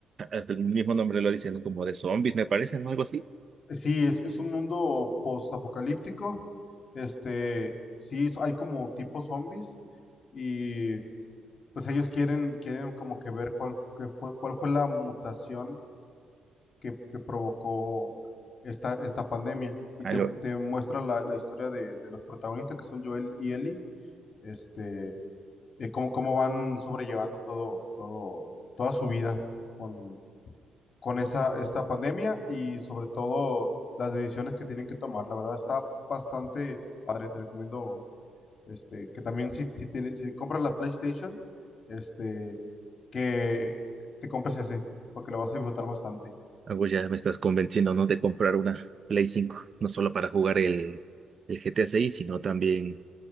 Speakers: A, on the right; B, on the left.
A: hasta el mismo nombre lo dicen, ¿no? Como de zombies, me parece, ¿no? Algo así.
B: Eh, Sí, es, es un mundo post-apocalíptico. Este, sí, es- hay como tipo zombies y pues ellos quieren, quieren como que ver cuál, fu- qué fue, cuál fue la mutación que, que provocó esta, esta pandemia. Y
A: Algo,
B: te, te muestra la, la historia de, de los protagonistas que son Joel y Ellie. Este, eh, cómo, cómo van sobrellevando todo, todo, toda su vida con, con esa, esta pandemia y sobre todo las decisiones que tienen que tomar. La verdad está bastante padre, te recomiendo este, que también si, si, tienes- si compras la PlayStation, este, que te compres ese, porque lo vas a disfrutar bastante.
A: algo ya me estás convenciendo, ¿no? De comprar una Play 5, no solo para jugar el, el GTA 6, sino también,